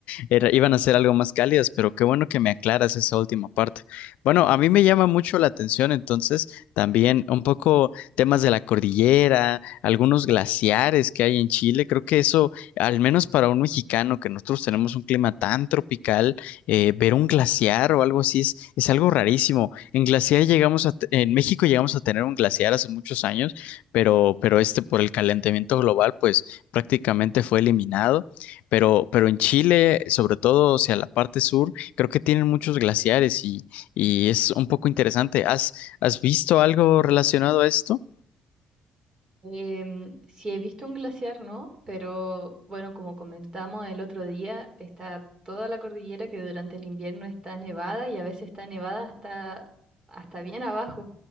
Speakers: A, on the left; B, on the right.
A: era- iban a ser algo más cálidas, pero qué bueno que me aclaras esa última parte. Bueno, a mí me llama mucho la atención entonces también un poco temas de la cordillera, algunos glaciares que hay en Chile. Creo que eso, al menos para un mexicano, que nosotros tenemos un clima tan tropical, eh, ver un glaciar o algo así es, es algo rarísimo. En glaciar llegamos a, te- en México llegamos a tener un glaciar hace muchos años, pero, pero este por el calentamiento global, pues prácticamente fue eliminado. Pero, pero en Chile, sobre todo hacia la parte sur, creo que tienen muchos glaciares y, y es un poco interesante. ¿Has, has visto algo relacionado a esto?
B: Em, sí he visto un glaciar, ¿no? Pero bueno, como comentamos el otro día, está toda la cordillera que durante el invierno está nevada y a veces está nevada hasta, hasta bien abajo.